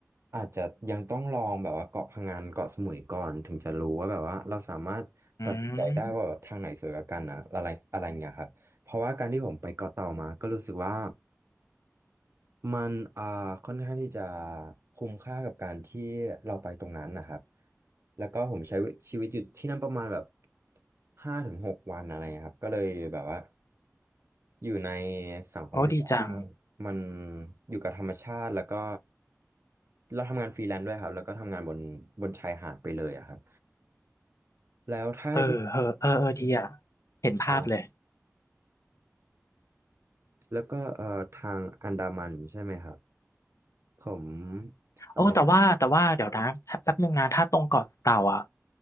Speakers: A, on the right; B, on the left.
A: อาจจะยังต้องลองแบบว่าเกาะพะงันเกาะสมุยก่อนถึงจะรู้ว่าแบบว่าเราสามารถตัดสินใจได้ว่าแบบทางไหนสวยกว่ากันนะอะไรอะไรเงี้ยครับเพราะว่าการที่ผมไปเกาะเต่ามาก็รู้สึกว่า
B: อืม
A: มันอ่าค่อนข้างที่จะคุ้มค่ากับการที่เราไปตรงนั้นนะครับแล้วก็ผมใช้ชีวิตอยู่ที่นั่นประมาณแบบห้าถึงหกวันอะไรเงี้ยครับก็เลยแบบว่าอยู่ในสังคมที่แบบว่า
B: โอ้ดีจัง
A: มันอยู่กับธรรมชาติแล้วก็เราทำงานฟรีแลนซ์ด้วยครับแล้วก็ทำงานบนบนชายหาดไปเลยอะครับแล้วถ้าให้พูด
B: เออเออเออเออดีอ่ะเห็นภาพเลย
A: อ่าแล้วก็เอ่อทางอันดามันใช่ไหมครับผมสามารถ
B: โอ้แต่ว่าแต่ว่าเดี๋ยวนะแป๊บนึงนะถ้าตรงเกาะเต่าอ่ะ